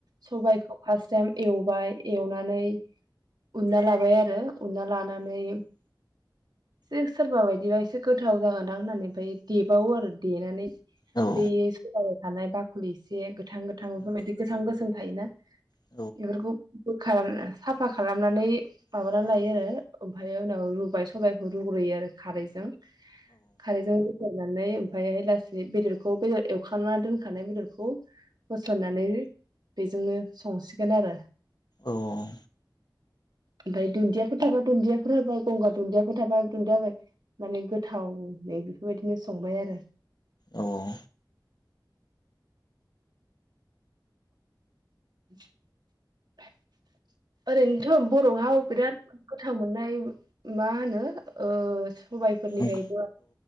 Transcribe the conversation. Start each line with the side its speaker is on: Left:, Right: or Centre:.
Right: सबाइखौ फार्स टाइम एवबाय एवनानै उनना लाबाय आरो। उना लानानै जे सोरबा बाय दिबा एसे गोथाव जागोनदां होननानै ओमफ्राय देबावो आरो देनानै
Left: औ औ
Right: बे <unintelligible> थानाय बाखुलि इसे गोथां गोथां बेफोरबायदि
Left: औ
Right: गोथां गो सोम थायोना।
Left: औ
Right: एफोरखौ खार साफा खालामनानै माबानानै
Left: फियो
Right: लायो आरो ओमफ्रायो उनाव रुबाय सबाय रुग्रोयो आरो। खारैजों खारैजों रुगोर नानै ओमफ्रायहाय लासैयै बेदरखौ बेदर एवखना दोनखानाय बेदरखौ होसनानै बेजोंनो संसिगोन आरो।
Left: औ औ औ
Right: ओमफ्राय दुनदियाफोर थाबा दुनदियाफोर होबाय गंगार दुनदियाफोर थाबा दुनदिया होबाय। माने गोथावै बेफोरबायदिनो संबाय आरो।
Left: औ औ
Right: <inaudible> ओरैनो बर'वाव बिराद गोथा थाव मोननाय मा होनो ओ सबाइफोरनिफ्रायबो
Left: औ